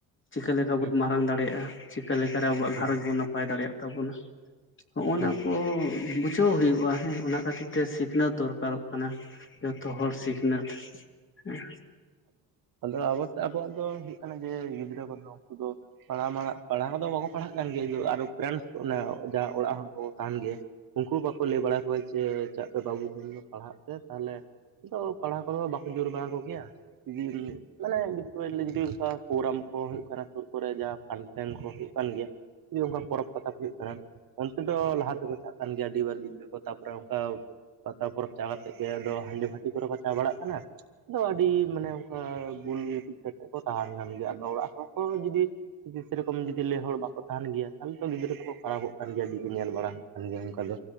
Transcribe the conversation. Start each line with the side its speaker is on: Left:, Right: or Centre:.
Left: ᱪᱤᱠᱟᱹ ᱞᱮᱠᱟ ᱵᱩᱱ
Right: ᱦᱮᱸ
Left: ᱢᱟᱨᱟᱝ ᱫᱟᱲᱮᱭᱟᱜ-ᱟ᱾ ᱪᱤᱠᱟᱹ ᱞᱮᱠᱟᱨᱮ ᱟᱵᱚᱣᱟᱜ
Right: ᱦᱮᱸ
Left: ᱜᱷᱟᱨᱚᱡᱽ ᱵᱚᱱ ᱱᱟᱯᱟᱭ ᱫᱟᱲᱮᱭᱟᱜ ᱛᱟᱵᱚᱱᱟ ᱱᱚᱜ-ᱚ
Right: ᱦᱮᱸ
Left: ᱱᱟ ᱠᱚ ᱵᱩᱡ, ᱵᱩᱡᱷᱟᱣ ᱦᱩᱭᱩᱜ-ᱟ ᱦᱮᱸ ᱚᱱᱟ ᱠᱷᱟᱹᱛᱤᱨ ᱛᱮ ᱥᱤᱠᱷᱱᱟᱹᱛ ᱫᱚᱨᱠᱟᱨᱚᱜ ᱠᱟᱱᱟ ᱡᱚᱛᱚ ᱦᱚᱲ ᱥᱮ, ᱱᱮᱛ, ᱦᱮᱸ,
Right: ᱟᱫᱚ ᱟᱵᱚ ᱟᱵᱚᱣᱟᱜ ᱫᱚ ᱦᱩᱭᱩᱜ ᱠᱟᱱᱟ ᱡᱮ ᱜᱤᱫᱽᱨᱟᱹ ᱠᱚᱫᱚ ᱩᱱᱠᱩ ᱫᱚ ᱯᱟᱲᱦᱟᱜ ᱢᱟᱲᱟ ᱯᱟᱲᱦᱟᱜ ᱠᱚᱫᱚ ᱵᱟᱠᱚ ᱜᱮᱭᱟ ᱟᱨᱚ ᱯᱨᱮᱱᱴᱥ ᱚᱱᱮ ᱡᱟᱦᱟᱸ ᱚᱲᱟᱜ ᱦᱚᱸᱠᱚ ᱛᱟᱦᱮᱱ ᱜᱮᱭᱟ᱾ ᱩᱱᱠᱩ ᱵᱟᱠᱚ ᱞᱟᱹᱭ ᱵᱟᱲᱟ ᱠᱚᱣᱟ ᱡᱮ ᱪᱮᱫ ᱯᱮ ᱵᱟᱹᱵᱩ ᱛᱮᱦᱮᱧ ᱫᱚ ᱯᱟᱲᱦᱟᱜ ᱛᱮ ᱛᱟᱦᱚᱞᱮ, ᱟᱫᱚ ᱠᱚᱲᱦᱣ ᱠᱚ ᱫᱚ ᱵᱟᱠᱚ ᱡᱳᱨ ᱵᱟᱲᱟ ᱠᱚᱜᱮᱭᱟ᱾ ᱡᱩᱫᱤ ᱢᱟᱱᱮ ᱡᱩᱫᱤ ᱚᱱᱠᱟ ᱯᱨᱳᱜᱨᱟᱢ ᱠᱚ ᱦᱩᱭᱩᱜ ᱠᱟᱱᱟ ᱥᱩᱨ ᱠᱚᱨᱮ ᱡᱟᱦᱟᱸ ᱯᱷᱟᱱᱥᱮᱱ ᱠᱚ ᱦᱩᱭᱩᱜ ᱠᱟᱱ ᱜᱮᱭᱟ ᱡᱤ ᱚᱱᱠᱟ ᱯᱚᱨᱚᱵᱽ ᱯᱟᱛᱟ ᱠᱚ ᱦᱩᱭᱩᱜ ᱠᱟᱱᱟ, ᱚᱱᱛᱮ ᱫᱚ ᱞᱟᱦᱟ ᱛᱮᱠᱚ ᱪᱟᱞᱟᱜ ᱠᱟᱱ ᱜᱮᱭᱟ ᱟᱹᱰᱤᱵᱟᱨ ᱜᱤᱫᱽᱨᱟᱹ ᱠᱚ ᱛᱟᱯᱚᱨᱮ ᱚᱱᱠᱟ ᱯᱟᱛᱟ ᱯᱚᱨᱚᱵᱽ ᱪᱟ ᱠᱟᱛᱮ ᱜᱮ ᱟᱫᱚ ᱦᱟᱸᱰᱤ ᱵᱷᱟᱴᱤ ᱠᱚᱨᱮ ᱠᱚ ᱪᱟ ᱵᱟᱲᱟᱜ ᱠᱟᱱᱟ ᱟᱫᱚ ᱟᱹᱰᱤ, ᱢᱟᱱᱮ ᱚᱱᱠᱟ ᱵᱩᱞ ᱜᱤᱛᱤᱡ ᱠᱟᱛᱮᱫ ᱠᱚ ᱛᱟᱦᱮᱸᱱ ᱠᱟᱱᱟᱱ ᱜᱮᱭᱟ ᱟᱫᱚ ᱚᱲᱟᱜ ᱦᱚᱲᱠᱚ ᱡᱩᱫᱤ ᱡᱩᱫᱤ ᱥᱮᱨᱚᱠᱚᱢ ᱡᱩᱫᱤ ᱞᱮ ᱦᱚᱲ ᱵᱟᱠᱚ ᱛᱟᱦᱮᱱ ᱜᱮᱭᱟ ᱛᱟᱦᱚᱞᱮ ᱛᱚ ᱜᱤᱫᱽᱨᱟᱹ ᱠᱚᱠᱚ ᱠᱷᱟᱨᱯᱚᱜ ᱠᱟᱱ ᱜᱮᱭᱟ ᱫᱤᱠ ᱧᱮᱞ ᱵᱟᱲᱟ ᱦᱩᱭᱩᱜ ᱠᱟᱱ ᱜᱮᱭᱟ ᱚᱱᱠᱟ ᱫᱚ,